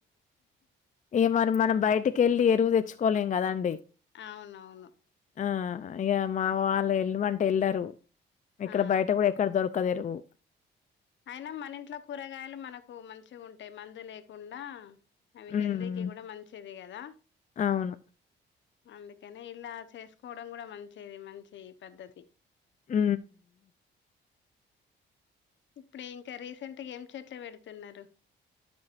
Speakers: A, on the left (about 40°); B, on the left (about 70°).
A: ఏమని మనం బయటికి వెళ్ళి ఎరువు తెచ్చుకో కోలేం కదండి.
B: అవునవును.
A: ఆ ఇక మా వాళ్ళు వెళ్ళమంటే వెళ్లరు. ఇక్కడ
B: ఆ
A: బయట కూడా ఎక్కడ దొరక్ కదేరువు.
B: అయినా మన ఇంట్లో కూరగాయలు మనకు మంచిగుంటయి మందు లేకుండా అవి
A: హ్మ్.
B: హెల్దీకి కూడా మంచిది కదా
A: అవును.
B: అందుకనే ఇలా చేసుకోవడం కూడా మంచిది మంచి పద్ధతి
A: ఊ
B: ఇప్పుడు ఇంకా రీసెంట్గా ఏం చెట్లు పెడుతున్నరు.